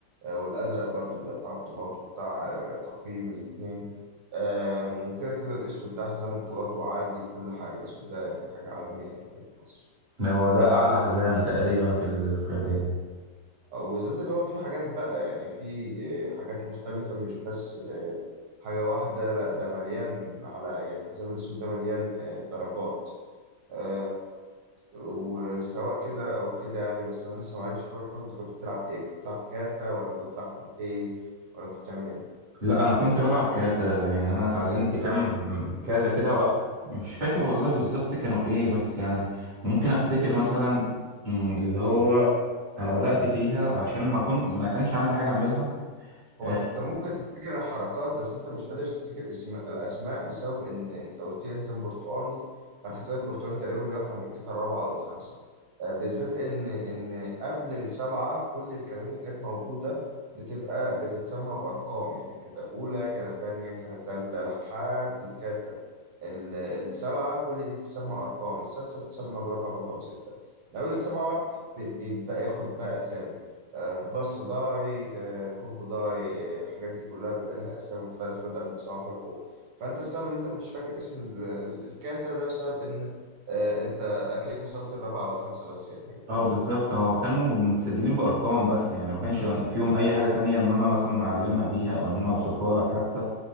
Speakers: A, on the right; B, on the right.
A: آه، والأزرق برضو بيبقى بتاع بطولات وبتاع آه، تقييم الاتنين آم، وكده كده الأسود ده حزام بطولات وعادي وكل حاجة الأسود ده يعني حاجة عالمية من وجهة نظري
B: هو ده اعلى حزام تقريبا في الكاراتيه
A: وزاد اللي هو في حاجات بقى يعني في آه، حاجات مختلفة مش بس آه، حاجة واحدة لا ده مليان على يعني الحزام الأسود ده مليان آه، درجات آه، وسواء كده أو كده يعني بس أنا لسه معرفتش برضه أنت كنت بتلعب إيه كنت بتلعب كاتا ولا كنت بتلعب كوميتيه ولا كنت بتعمل إيه
B: لا انا كنت بلعب كاتا يعني انا اتعلمت كام كاتا كده وقفت مش فاكر والله بالظبط كانوا ايه بس يعني ممكن افتكر مثلا مم، اللي هو انا بدأت فيها عشان ما كنت ما كانش عندي حاجة اعملها
A: هو
B: اه
A: انت ممكن تفتكر الحركات بس انت مش قادر تفتكر اسم الاسماء بسبب ان انت قلت لي حزام برتقاني فالحزام البرتقاني تقريبا بيقف عند الكتله الرابعه او الخامسه آه، بالذات ان ان قبل السبعه كل الكتات اللي كانت موجوده بتبقى بتتسمى بارقام يعني كتة اولى كتة تانية كتة تالتة لحد الكتة ال- السبعة كل دي بتسمى أرقام السادسة بتسمى برقم رقم ستة من أول السبعة بقى بت- ب- بيبدأ ياخد بقى أسامي آه، باص داي آه، كونكو داي آه، الحاجات دي كلها بيبقى ليها أسامي مختلفة بدءا من السبعة فيما فوق فأنت السبب إن أنت مش فاكر اسم ال- ال- الكاتا ده بسبب إن آه، أنت هتلاقيك وصلت الرابعة أو الخامسة بس يعني حاجة في الرينج
B: آه، بالظبط
A: ده
B: هو كانوا متسجلين بارقام بس يعني ما كانش فيهم اي حاجة تانية ان انا مثلا اعلمها بيها او ان انا اوصفها لك حتى